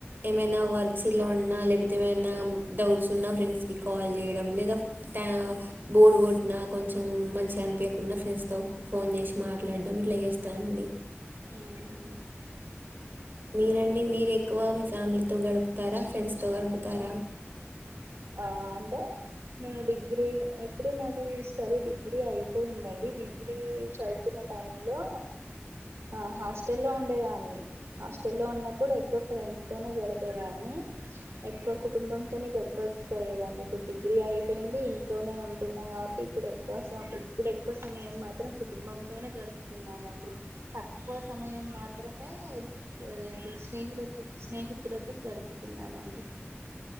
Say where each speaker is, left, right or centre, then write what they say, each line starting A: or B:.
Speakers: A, on the right (about 50°); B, on the right (about 80°).
A: ఏమైనా వర్క్స్ ఇలా ఉన్నా లేకపోతే ఏమైనా డౌట్స్ ఉన్నా ఫ్రెండ్స్కి కాల్ చేయడం లేదా ట బోర్ కొట్టిన కొంచెం మంచిగా అనిపియకున్న ఫ్రెండ్స్తోో ఫోన్ చేసి మాట్లాడడం ఇట్లా చేస్తానండి
B: ఆ హ
A: మీరంీ మీరు ఎక్కువ మీ ఫ్యామిలీతో గడుపుతారా ఫ్రెండ్స్తో గడుపుతారా
B: ఆ అంటే నేను డిగ్రీ ఎప్పుడు నాది స్టడీ డిగ్రీ అయిపోయిందండి డిగ్రీ చదువుతున్నా టైమ్ లో ఆ హాస్టల్లో ఉండేదాన్ని హాస్టల్లో ఉన్నప్పుడు ఎక్కువ ఫ్రెండ్స్ తోనే గడిపేదాన్ని ఎక్కువ కుటుంబంతోనే గడుప్ పోయేదాన్ని ఇప్పుడు డిగ్రీ అయిపోయింది ఇంట్లోనే ఉంటున్నా కాబట్టి ఇప్పుడు ఎ క్కువ స ఇప్పుడు ఎక్కువ సమయం మాత్రం కుటుంబంతోనే గడుపుతున్నానండి తక్కువ సమయం మాత్రమే అదేంటి స్నేహిలతో స్నేహితులతో గడుపుతున్నానండి